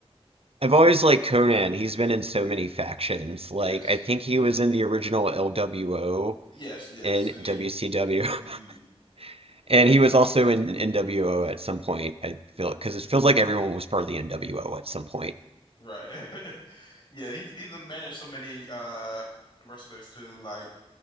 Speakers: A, on the right (about 65°); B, on the left (about 45°).
A: I've always liked Conan. He's been in so many factions.
B: Yes.
A: Like I think
B: <laughs>
A: he was in the original LWO
B: Yes, yes.
A: and
B: And he
A: WCW, <laughs>
B: mm.
A: and he was also in NWO at some point. I feel because it feels like everyone was part of the NWO at some point.
B: Right. <laughs> Yeah, he's he's done managed so many uh wrestlers too. Like